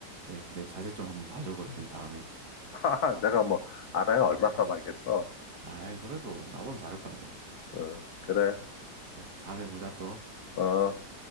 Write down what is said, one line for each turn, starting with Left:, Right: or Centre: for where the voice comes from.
Right: 오케이. 내 자세 좀 한번 봐줘, 그러면 다음에.
Left: <laughs> 하하, 내가 뭐 알아야 얼마나 말겠어.
Right: 아이, 그래도 나보다 잘할 거 아니야.
Left: 음, 그래.
Right: 그래, 다음에 보자 또.
Left: 어.